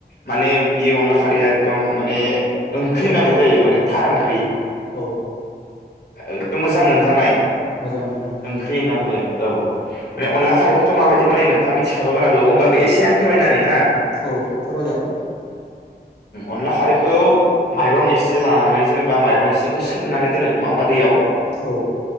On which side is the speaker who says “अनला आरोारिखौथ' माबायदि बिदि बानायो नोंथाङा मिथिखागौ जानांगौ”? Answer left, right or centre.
Left